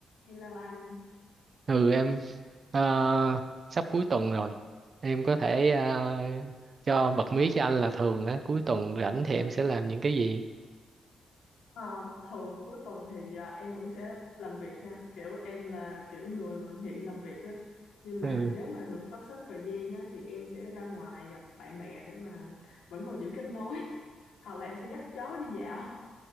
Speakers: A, on the left (about 85°); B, on the right (about 40°).
A: Hello anh,
B: Ừ em ờ, sắp cuối tuần rồi em có thể ờ, cho bật mí cho anh là thường á cuối tuần rảnh thì em sẽ làm những cái gì
A: Ờ, thường cuối tuần thì ờ, em vẫn sẽ làm việc nha, kiểu em là kiểu người mà nghiện làm việc á, nhưng mà
B: ừ
A: nếu mà được sắp xếp thời gian á thì em sẽ ra ngoài gặp bạn bè để mà vẫn còn giữ kết nối, <laughs> hoặc là em sẽ dắt chó đi dạo.